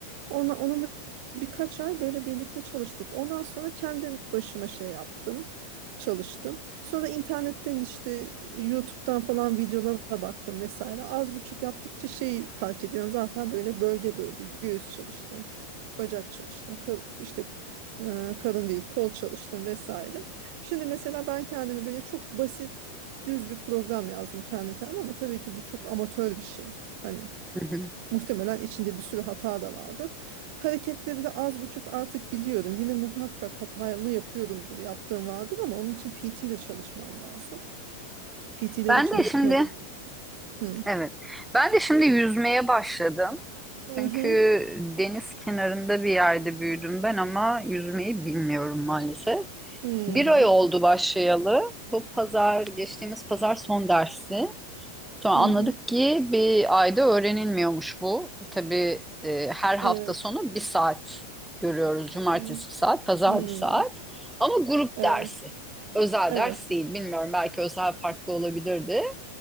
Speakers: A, on the right; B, in the centre.
A: Ona, onunla birkaç ay böyle birlikte çalıştık. Ondan sonra kendi başıma şey yaptım. Çalıştım. Sonra internetten işte e, YouTube'dan falan videolara baktım vesaire. Az buçuk yaptıkça şeyi fark ediyorsun zaten böyle bölge bölge göğüs çalıştı bacak çalıştın, ka- işte e, karın değil kol çalıştın vesaire. Şimdi mesela ben kendimi böyle çok basit düz bir program yazdım kendi kendime ama tabii ki bu çok amatör bir şey. Hani
B: Hı hı.
A: muhtemelen içinde bir sürü hata da vardı. Hareketleri de az buçuk artık biliyorum. Yine muhakkak hatalı yapıyordumdur, yaptığım vardır ama onun için PT ile çalışman lazım. PT ile
B: Ben
A: de çalışamadığım
B: de şimdi
A: için. Hı.
B: evet. Ben de şimdi yüzmeye başladım.
A: Hı
B: Çünkü
A: hı.
B: deniz kenarında bir yerde büyüdüm ben ama yüzmeyi bilmiyorum maalesef.
A: Hı
B: Bir ay oldu başlayalı. Bu pazar, geçtiğimiz pazar son dersi. Sonra anladık
A: hı. hı.
B: ki bir ayda öğrenilmiyormuş bu. Tabii e, her hafta
A: Evet.
B: sonu bir saat görüyoruz. Cumartesi
A: Hı.
B: bir saat, pazar
A: Hı.
B: bir saat. Ama grup
A: Evet.
B: dersi. Özel
A: Evet.
B: ders değil. Bilmiyorum belki özel farklı olabilirdi.